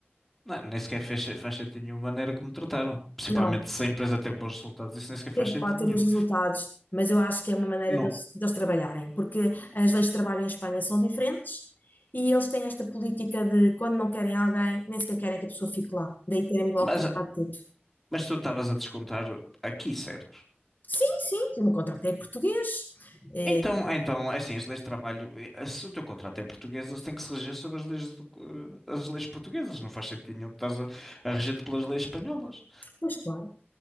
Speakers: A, in the centre; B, on the left.
A: Não, nem sequer fez, faz sentido nenhuma maneira como trataram. Principalmente
B: não,
A: se a empresa teve bons resultados, isso nem sequer faz
B: teve,
A: sentido
B: pode ter
A: nenhum.
B: uns resultados, mas eu acho que é uma maneira
A: Não.
B: deles, deles trabalharem, porque as leis de trabalho em Espanha são diferentes e eles têm esta política de quando não querem alguém, nem sequer querem que a pessoa fique lá, daí terem-me logo
A: Mas
B: cortado tudo.
A: Mas tu estavas a descontar aqui, certo?
B: Sim, sim, eu me contratei português, eh,
A: Então, então, é assim, as leis de trabalho, eh, se o teu contrato é português, eles têm que se reger sobre as leis, do- eh, as leis portuguesas. Não faz sentido nenhum que estás a, a reger-te pelas leis espanholas.
B: pois claro.